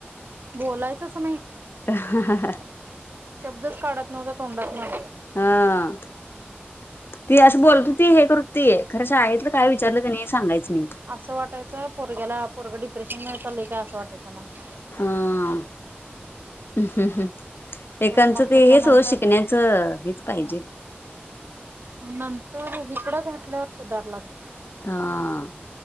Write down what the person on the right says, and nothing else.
बोलायचाच नई.
शब्दच काढत नव्हता तोंडात्न
असं वाटायचं पोरग्याला पोरगं डिप्रेशन म चालय काय असं वाटायचं मला
पण मग
त्याच्यानंतर
नंतर हिकडं घातल्यावर सुधारला तो